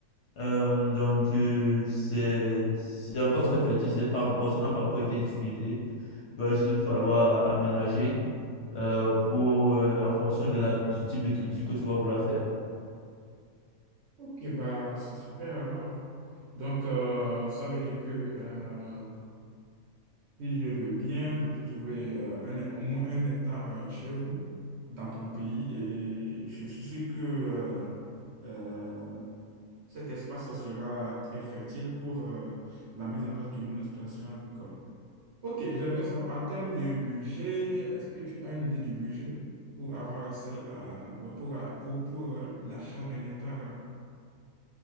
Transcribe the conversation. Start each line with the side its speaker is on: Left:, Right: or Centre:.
Left: Euh, donc, euh, c'est c'est encore très fertile, c'est pas encore, ça n'a pas encore été utilisé. Il va juste falloir aménager euh, pour, euh, en fonction de la, du type de culture que tu vas vouloir faire.
Right: Ok, bah, c'est super alors. Donc, euh, ça veut dire que euh, Si je veux bien, je peux trouver euh, un- au moins un hectare euh, chez vous, dans ton pays, et je suis sûr que euh, euh, cet espace sera très fertile pour euh, la mise en place de mon exploitation agricole. Ok, j'aimerais savoir, en termes de budget, est-ce que tu as une idée du budget pour avoir accès à, ouais, pour, pour, pour euh, l'achat d'un hectare? euh,